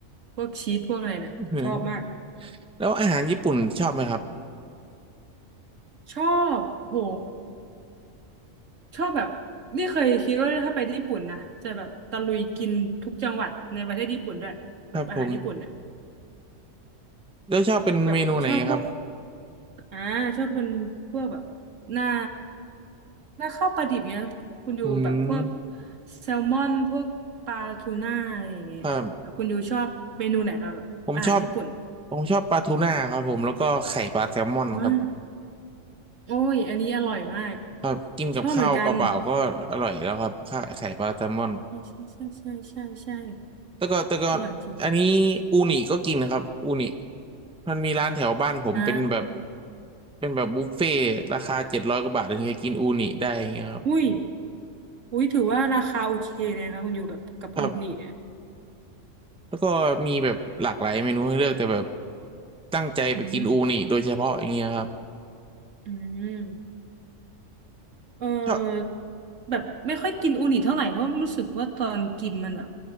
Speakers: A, on the right; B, in the centre.
A: พวกชีสพวกอะไรเนี่ยชอบมาก
B: เออแล้วอาหารญี่ปุ่นชอบไหมครับ
A: ชอบโหชอบแบบนี่เคยคิดว่าถ้าไปญี่ปุ่นนะจะแบบตะลุยกินทุกจังหวัดในประเทศญี่ปุ่นด้วยแบบอาหารญี่ปุ่นเนี่ย
B: ครับผมแล้วชอบเป็นเมนูไหนครับ
A: แบบชอบพวกอ่าชอบเป็นพวกแบบหน้าหน้าข้าวปลาดิบเนี้ยคุณยูแบบพวก
B: อืม
A: แซลมอนพวกปลาทูน่าอะไรอย่างเงี้ยแบบคุณยูชอบเมนูไหนครับแบบอาหารญี่ปุ่น
B: ครับ ผมชอบผมชอบปลาทูน่าครับผมแล้วก็ไข่ปลาแซลมอนครับ
A: ว้า โอ้ย อันนี้อร่อยมาก
B: ครับกินกับข้าวเปล่าๆก็อร่อยแล้วครับข้าวไข่ปลาแซลมอน
A: ชอบเหมือนกัน ใช่ใช่ใช่ใช่ใช่ใช่
B: แต่ก็แต่ก็
A: อร่อยจริง
B: อันนี้อูนิก็กินนะครับอูนิมันมีร้านแถวบ้านผมเป็นแบบ
A: ๆอ่า
B: เป็นแบบบุฟเฟ่ต์ราคาเจ็ดร้อยกว่าบาทถึงจะกินอูนิได้อย่างเงี้ยครับ
A: อุ้ยอุ้ยถือว่าราคาโอเคเลยนะคะคุณอยู่แบบกับอุนิเนี่ย
B: ครับแล้วก็มีแบบหลากหลายเมนูให้เลือกแต่แบบตั้งใจไปกินอูนิโดยเฉพาะอย่างเงี้ยครับ
A: อืมอืมเออ
B: ชอบ
A: แบบไม่ค่อยกินอูนิเท่าไหร่เพราะรู้สึกว่าตอนกินมันแบบ